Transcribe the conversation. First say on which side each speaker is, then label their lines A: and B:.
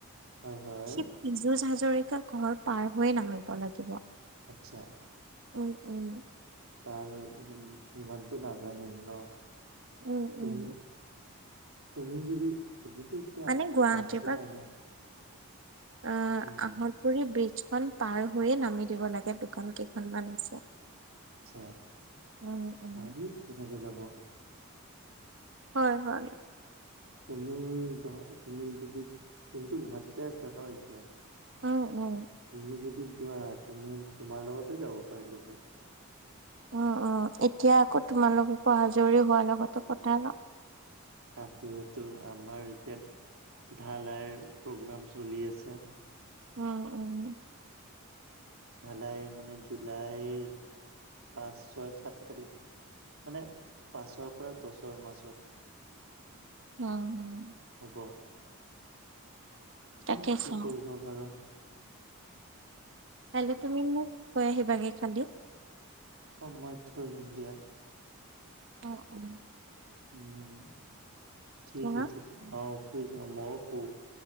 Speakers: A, on the right; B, on the right.
A: হয় হয়
B: সেই পীয়ুষ হাজৰিকা ঘৰ পাৰ হৈয়ে নামিব লাগিব।
A: আচ্ছা।
B: উম উম
A: তাৰ ইমানটো নাজানে ন
B: উম,
A: তুমি
B: উম।
A: তুমি যদি তুমিতো এতিয়া
B: মানে গুৱাহাটীৰ
A: আছিলা ন
B: অ
A: উম
B: আহঁতগুৰি ব্ৰীজ পাৰ হৈয়ে নামি দিব লাগে দোকান কেইখনমান আছে
A: আচ্ছা
B: উম উম।
A: পাৰি তেনেকে যাব
B: হয় হয়
A: তুমি গু তুমি যদি তুমিতো গুৱাহাটীতে আছা ন এতিয়া
B: উম উম
A: তুমি যদি যোৱা তুমি তোমাৰ লগতে যাব পাৰিলো হয়
B: অ অ এতিয়া আকৌ তোমালোক আকৌ আজৰি হোৱাৰ লগতো কথা লওঁ
A: ৰাতিটো আমাৰ এতিয়া ঢালাইৰ প্ৰগ্ৰাম চলি আছে
B: উম উম।
A: ঢালাই মানে জুলাইৰ পাঁচ ছয় সাত তাৰিখ মানে পাঁচৰ পৰা দছৰ মাজত।
B: উম হম।
A: হ'ব
B: তাকে
A: চাও কি
B: চাওঁ
A: কৰিব পাৰো।
B: কাইলে তুমি মোক থৈ আহিবা গে কালিও।
A: অ মই থৈ আহিম দিয়া।
B: অ অ।
A: উম ঠিক
B: ন
A: আছে অ শুই যাম মইও শু।